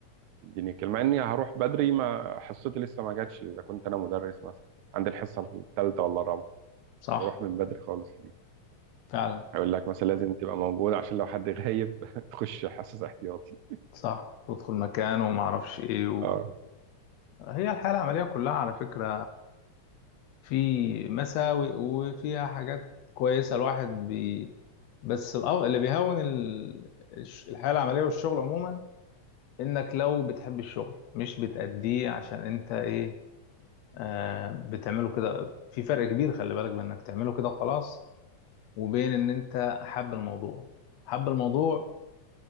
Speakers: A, on the right; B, on the left.
A: يديني كلمه اني هروح بدري ما حصتي لسه ما جاتش اذا كنت انا مدرس مثلا عندي الحصه الثالثه ولا الرابعه
B: صح
A: طب اروح من بدري خالص ليه
B: فعلا
A: يقول لك مثلا لازم تبقى موجود عشان لو حد غايب <laughs> تخش حصص احتياطي
B: صح تدخل مكان وما اعرفش ايه و...
A: اه
B: هي الحياة العملية كلها على فكرة في مساوئ وفيها حاجات كويسة الواحد بي... بس الأو... اللي بيهون ال... الش- الحياة العملية والشغل عموما انك لو بتحب الشغل مش بتأديه عشان انت ايه آه بتعمله كده في فرق كبير خلي بالك بانك تعمله كده خلاص وبين ان انت حب الموضوع حب الموضوع